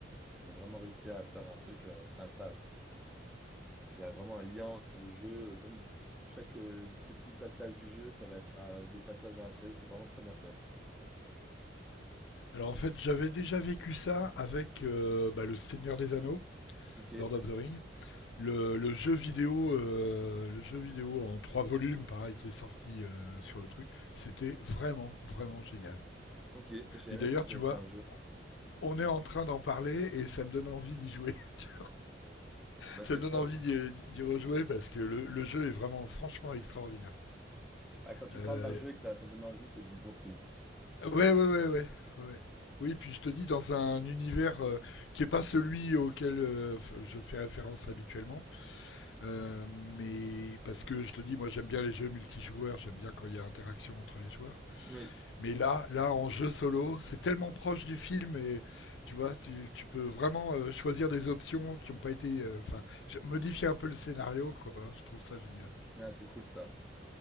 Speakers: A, in the centre; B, on the left.
A: Ils ont vraiment réussi à faire un truc, euh, c'est incroyable. Il y a vraiment un lien entre le jeu, euh, même chaque euh, petit passage du jeu, ça va être euh, des passages dans la série, c'est vraiment très bien fait.
B: Alors en fait, j'avais déjà vécu ça avec euh, bah, le Seigneur des Anneaux,
A: Ok,
B: Lord of the Ring, le, le jeu vidéo, euh, le jeu vidéo en trois volumes, pareil, qui est sorti euh, sur le truc. C'était vraiment, vraiment génial.
A: ok, je savais
B: Et
A: même
B: d'ailleurs,
A: pas qu'ils
B: tu
A: avaient
B: vois,
A: fait un jeu. <laughs>
B: on est en train d'en parler et ça me donne envie d'y jouer. <laughs>
A: Bah
B: Ça
A: c'est
B: me
A: ça.
B: donne envie d'y- d'y rejouer parce que le, le jeu est vraiment, franchement, extraordinaire.
A: Ah, quand tu
B: Euh,
A: parles d'un jeu et que t'as- ça donne envie, c'est de bon signe.
B: ouais, ouais, ouais, ouais, ouais. ouais. Oui, puis je te dis, dans un univers euh, qui n'est pas celui auquel euh, f- je fais référence habituellement, Euh, mais parce que je te dis, moi j'aime bien les jeux multijoueurs, j'aime bien quand il y a interaction entre les joueurs.
A: Oui,
B: Mais là, là en jeu solo, c'est tellement proche du film et tu vois, tu, tu peux vraiment euh, choisir des options qui n'ont pas été, euh, enfin, je- modifier un peu le scénario, quoi. Je trouve ça génial.
A: ah, c'est cool ça.